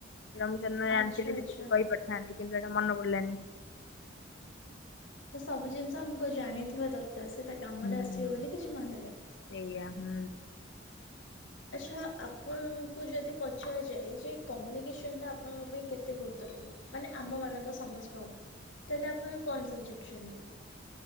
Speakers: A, on the left (about 65°); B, on the left (about 80°).
A: ନା ମୁଁ ସେଦିନ
B: ଆଚ୍ଛା
A: ଆଣିଥିଲି
B: ଆଚ୍ଛା।
A: ସେତିକି କହିପାରିଥାନ୍ତି କିନ୍ତୁ ସେଇଟା ମନ ପଡିଲାନି।
B: ତ ସବୁ ଜିନିଷ ଆମୁକୁ ଜାଣିଥିବା ଦରକାର ସେଇଟା କାମରେ
A: ହୁଁ
B: ଆସିବ ବୋଲି କିଛି ମାନେ ନାହିଁ।
A: ସେଇଆ ହୁଁ।
B: ଆଚ୍ଛା ଆପଣଙ୍କୁ ଯଦି ପଚାରାଯାଏ ଯେ କମୁନିକେସନ୍ ଟା ଆପଣଙ୍କ ପାଇଁ କେତେ ଗୁରୁତ୍ୱପୂର୍ଣ୍ଣ? ମାନେ ଆମ ମାନଙ୍କ ସମସ୍ତଙ୍କ ପାଇଁ ତାହେଲେ ଆପଣ କଣ ସଜେକ୍ସନ ଦେବେ?